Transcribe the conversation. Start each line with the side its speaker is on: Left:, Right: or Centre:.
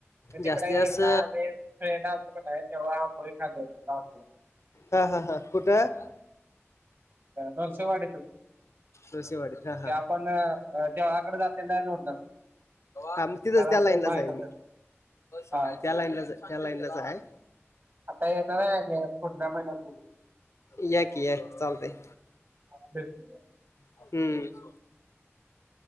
Right: म तिकडे
Left: जास्तीत जास्त
Right: एकदा आम्ही फ्रेंड आलतो की नाही तेव्हा आंबोळी खाल्लेली <unintelligible>
Left: हां हां हां कुठं?
Right: नृसिंहवाडीतच की.
Left: नृसिंहवाडीत हां.
Right: ते आपण देवळाकडे जातेल्या रोडला
Left: हां मग तिथंच
Right: जरासं
Left: त्या लाईनलाच
Right: बाहेर
Left: आहे
Right: हा
Left: मी, हम्म
Right: हा.
Left: त्या लाईनलाच त्या लाईनलाच आहे.
Right: आता येणार आहे मी पुढल्या महिण्यात बघू.
Left: या की याकी चालतय.
Right: <unintelligible>
Left: हम्म. <unintelligible>